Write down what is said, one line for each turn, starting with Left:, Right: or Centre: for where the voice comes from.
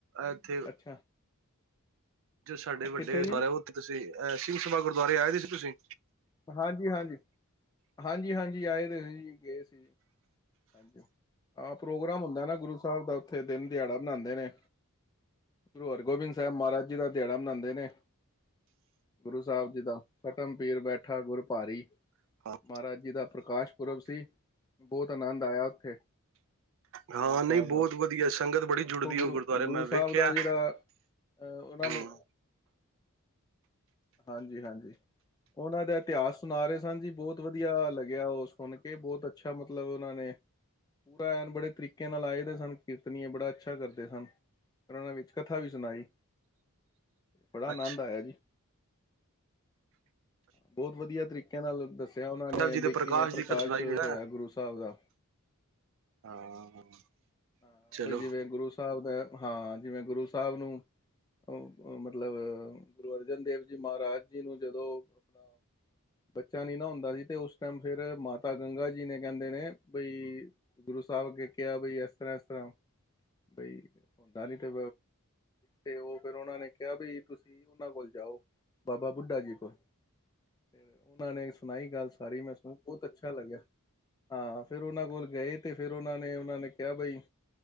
Right: ਏਥੇ
Left: ਅੱਛਾ
Right: ਜੋ ਸਾਡੇ ਵੱਡੇ,
Left: ਕਿੱਥੇ ਜੀ
Right: ਮਹਰਾ ਆ ਉੱਥੇ, ਤੁਸੀ, ਅਹ ਸਿੰਘ ਸਭਾ ਗੁਰਦੁਆਰੇ ਆਏ ਸੀ ਤੁਸੀਂ?
Left: ਹਾਂਜੀ-ਹਾਂਜੀ, ਹਾਂਜੀ-ਹਾਂਜੀ, ਆਏ ਤੇ ਸੀ ਜੀ, ਗਏ ਸੀ ਜੀ। ਅੱਛਾ, ਹਾਂ ਪ੍ਰੋਗਰਾਮ ਹੁੰਦਾ ਏ ਨਾ, ਗੁਰੂ ਸਾਹਬ ਦਾ ਉੱਥੇ ਦਿਨ ਦਿਆੜਾ। ਮਨਾਣਦੇ ਨੇ, ਗੁਰੂ ਹਰਗੋਬਿੰਦ ਸਾਹਿਬ ਮਹਾਰਾਜ ਜੀ ਦਾ ਦਿਆੜਾ ਮਨਾਉਦੇ ਨੇ। ਗੁਰੂ ਸਾਹਿਬ ਜੀ ਦਾ, ਫਟਮ ਪੀਰ ਬੈਠਾ ਗੁਰ ਭਾਰੀ।
Right: ਹਾਂ
Left: ਮਹਾਰਾਜ ਜੀ ਦਾ ਪ੍ਰਕਾਸ਼ ਪੁਰਬ ਸੀ, ਬਹੁਤ ਆਨੰਦ ਆਇਆ ਉਥੇ।
Right: ਹਾਂ
Left: ਗੁਰੂ ਸਾਹਬ
Right: ਨਹੀਂ ਬਹੁਤ
Left: ਦਾ,
Right: ਵਧੀਆ ਸੰਗਤ ਬੜੀ ਜੁੜਦੀ
Left: ਇੱਕੋ ਗੁਰੂ,
Right: ਉਹ ਗੁਰਦੁਆਰੇ
Left: ਗੁਰੂ
Right: ਮੈਂ ਵੇਖਿਆ
Left: ਸਾਹਬ ਦਾ ਜੇਹੜਾ ਅਹ ਉਹਨਾ
Right: ਹਮ
Left: ਨੇ, ਹਾਂਜੀ-ਹਾਂਜੀ ਉਹਨਾ ਦੇ ਇਤਿਹਾਸ ਸੁਣਾ ਰਹੇ ਸਨ ਜੀ, ਬਹੁਤ ਵਧੀਆ ਲਗਿਆ ਉਹ ਸੁਣ ਕੇ, ਬਹੋਤ ਅਛਾ ਮਤਲਬ ਉਹਨਾਂ ਨੇ ਪੂਰਾ ਐਨ ਬੜੇ ਤਰੀਕੇ ਨਾਲ ਆਏ ਦੇ ਸਨ ਕੀਰਤਨੀਏ, ਬੜਾ ਅਛਾ ਕਰਦੇ ਸਨ। ਪਰ ਉਹਨਾ ਨੇ ਵਿਚ ਕਥਾ ਵੀ ਸੁਣਾਈ, ਬੜਾ ਆਨੰਦ
Right: ਅੱਛਾ
Left: ਆਇਆ ਜੀ। ਬਹੋਤ ਵਧੀਆ ਤਰੀਕੇ ਨਾਲ ਦੱਸਿਆ ਉਹਨਾਂ ਨੇ,
Right: ਸਾਹਿਬ ਜੀ ਦੇ
Left: ਵੀ ਕਿਵੇਂ ਪ੍ਰਕਾਸ਼
Right: ਦੀ ਕਥ ਸੁਣਾਈ ਨਾ
Left: ਹੋਇਆ ਗੁਰੂ ਸਾਹਿਬ ਦਾ?
Right: ਹਾਂ
Left: ਹਾਂ,
Right: ਚਲੋ
Left: ਬਈ ਜਿਵੇਂ ਗੁਰੂ ਸਾਹਬ ਦਾ ਹੈ, ਹਾਂ ਜਿਵੇਂ ਗੁਰੂ ਸਾਹਿਬ ਨੂੰ ਅ-ਅ ਮਤਲਬ ਗੁਰੂ ਅਰਜਨ ਦੇਵ ਜੀ ਮਹਾਰਾਜ ਜੀ ਨੂੰ ਜਦੋ ਆਪਣਾ ਬਚ ਬਚਾ ਨੀ ਨਾ ਹੁੰਦਾ ਸੀ, ਤੇ ਉਸ ਟਾਈਮ ਫੇਰ ਮਾਤਾ ਗੰਗਾ ਜੀ ਨੇ ਕਹਿੰਦੇ ਨੇ, ਬਈ ਗੁਰੂ ਸਾਹਿਬ ਅਗੇ ਕਿਆ ਵਈ, ਏਸ ਤਰ੍ਹਾਂ ਏਸ ਤਰ੍ਹਾਂ, ਬਈ ਹੁੰਦਾ ਨੀ ਤੇ ਤੇ ਉਹ ਫੇਰ ਉਹਨਾਂ ਨੇ ਕਿਆ ਬਈ ਤੁਸੀਂ ਉਹਨਾਂ ਕੋਲ ਜਾਓ, ਬਾਬਾ ਬੁੱਢਾ ਜੀ ਕੋਲ। ਤੇ ਉਹਨਾਂ ਨੇ ਸੁਣਾਈ ਗੱਲ ਸਾਰੀ, ਮੈ ਸੁਣ ਬਹੁਤ ਅਛਾ ਲਗਿਆ। ਹਾਂ, ਫੇਰ ਉਹਨਾਂ ਕੋਲ ਗਏ ਤੇ ਫਿਰ ਉਹਨਾਂ ਨੇ, ਉਹਨਾਂ ਨੇ ਕਿਆ ਬਈ,